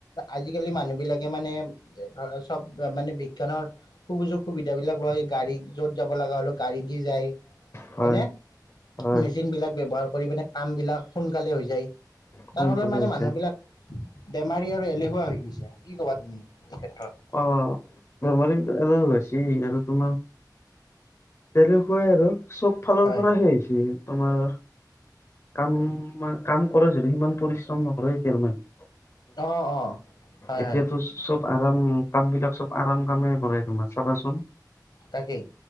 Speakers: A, on the left; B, on the left.
A: আজিকালি মানুহ বিলাকে মানে ধৰা চ'ব মানে। বিজ্ঞানৰ সুযোগ সুবিধা বিলাক লয়, গাড়ীত য'ত যাব লগা হ'লেও গাড়ী দি যায়।
B: হয়
A: হয়নেে
B: হয়
A: মেচিন বিলাক ব্যৱহাৰ কৰি পেলায় কাম বিলাক সোনকালে হৈ যায়।
B: সোনকালে
A: তাৰফলত মানে
B: হৈছে
A: মানুহবিলাক। বেমাৰী আৰু এলেহুৱা হৈ গৈছে কি কবা তুমি এই ক্ষেত্ৰত।
B: অ। বেমাৰি। শিনোৰ তোমাৰ। তেনেকুৱাই আৰু চ'ব ফালৰ
A: হয়
B: পৰাহে হেৰি হৈছে। তোমাৰ কাম কাম কৰে যদি সিমান পৰিশ্ৰম নকৰে এতিয়াৰ মানে।
A: অ', অ', হয়
B: এতিয়াতো
A: হয়।
B: চব আৰাম, কাম বিলাক চব আৰাম কামেই কৰে তোমাৰ চাবাচোন।
A: তাকেই।